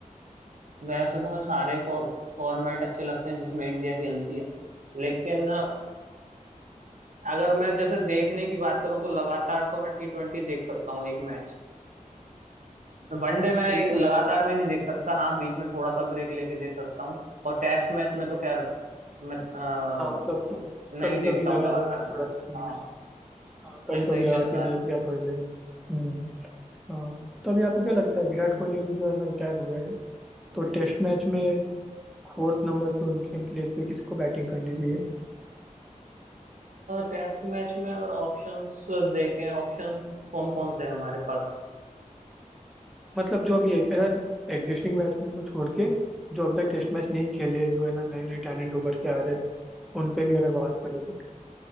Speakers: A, on the right; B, in the centre.
A: वैसे तो मुझे सारे फॉर फॉर्मेट अच्छे लगते हैं जिसमें इंडिया खेलती है लेकिन अगर मैं जैसे देखने की बात करूं तो लगातार तो मैं टी ट्वेंटी देख सकता हूँ एक मैच वनडे
B: हाँ
A: में एक-
B: बिल्कुल
A: लगातार
B: बस
A: मैं नहीं देख सकता हाँ बीच में थोड़ा सा ब्रेक लेके देख सकता हूँ और टेस्ट मैच में तो खैर मैं अ,
B: हाँ मतलब वो तो
A: नहीं
B: कभी
A: देखता
B: कभी लगा
A: हूँ लगातार
B: दिया
A: मैं
B: थोड़ा देख लिया
A: हाँ
B: हाँ कभी
A: ऐसा
B: कभी
A: ही चलता
B: लगा के देख
A: है
B: लिया थोड़ी देर हम्म हाँ तो अभी आपको क्या लगता है विराट कोहली अभी जो है ना रिटायर हो गए हैं
A: हम्म
B: तो टेस्ट मैच में फोर्थ नंबर पे उनके प्लेस पे किसको बैटिंग करनी चाहिए
A: टेस्ट मैच में अगर ऑप्शंस देखें ऑप्शंस कौन कौन से हैं हमारे पास
B: मतलब जो अभी है ना एग्जिस्टिंग बैट्समैन को छोड़ के जो अब तक टेस्ट मैच नहीं खेले जो है ना नए नए टैलेंट उभर के आ रहे हैं उन पे भी अगर बात करो तो